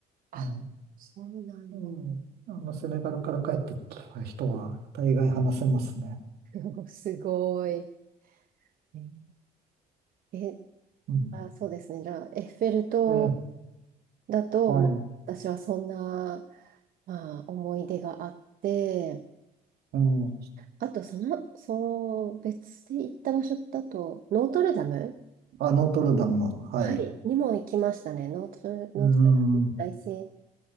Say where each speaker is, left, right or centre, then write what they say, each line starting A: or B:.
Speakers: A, on the right; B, on the right.
A: あ、
B: ね。
A: そうなんだ。
B: うん。あの、セネガルから帰ってきた人は大概話せますね。
A: <laughs> すごい。えーえ
B: うん。
A: あ、そうですね。じゃあ、エッフェル塔
B: で、
A: だと、
B: はい。
A: まあ私はそんな、まあ、思い出があって、
B: うん。
A: あと、その、その別で行った場所だと、ノートルダム
B: あ、ノートルダム、はい。
A: はい。にも行きましたね。ノートル、ノートルダム大聖
B: うん。は